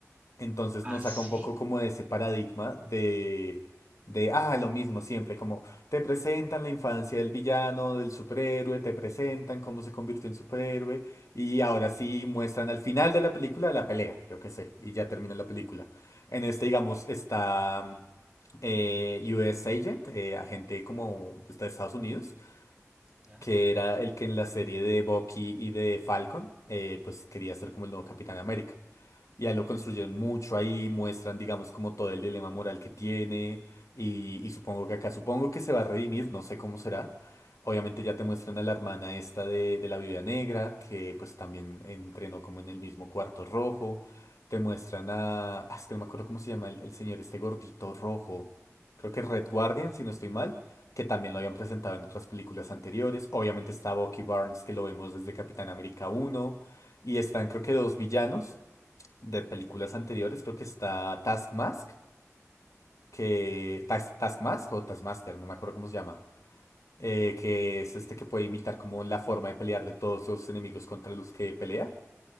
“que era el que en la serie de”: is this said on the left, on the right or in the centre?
Left